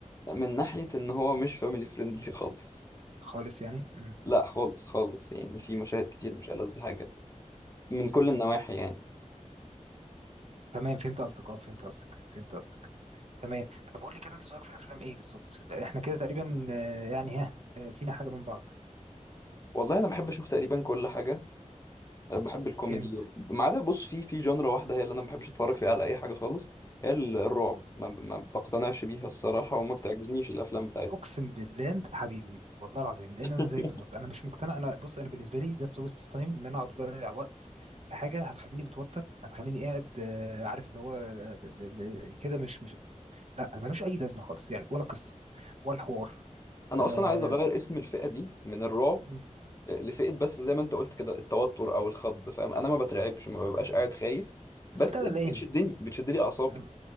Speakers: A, on the left; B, on the right.
A: من ناحية إن هو مش فاميلي فريندلي <laughs> خالص
B: خالص يعني مم.
A: لا خالص خالص يعني في مشاهد كتير مش ألذ حاجة من كل
B: مم.
A: النواحي يعني
B: تمام فهمت قصدك اه فهمت قصدك فهمت قصدك تمام طب قول لي كده انت ذوقك في الافلام ايه بالظبط احنا كده تقريبا آه، يعني ها آه، فينا حاجة من بعض
A: والله أنا بحب أشوف تقريبا كل حاجة بحب الكوميدي
B: جامد
A: ما عدا بص في في جنرا واحدة هي اللي أنا ما بحبش أتفرج فيها على أي حاجة خالص هي ال- الرعب ما, ما بقتنعش بيها الصراحة وما بتعجبنيش الأفلام بتاعتها
B: اقسم بالله انت حبيبي والله العظيم لان
A: <laughs>
B: انا زيك بالظبط انا مش مقتنع انا بص انا بالنسبه لي ذاتس ويست اوف تايم ان انا اقعد اضيع وقت في حاجه هتخليني متوتر هتخليني قاعد آه، عارف اللي هو آه، ب- ب- ب- كده مش مش لا ملوش اي لازمه خالص يعني ولا قصه ولا حوار
A: أنا
B: آه،
A: أصلا عايز أغير اسم الفئة دي من الرعب
B: مم. مم.
A: آه، لفئة بس زي ما أنت قلت كده التوتر أو الخض فاهم أنا ما بترعبش ما
B: مم.
A: ببقاش قاعد خايف
B: بس
A: بس
B: انت قلقان
A: أنت بتشدني بتشدلي أعصابي
B: آه،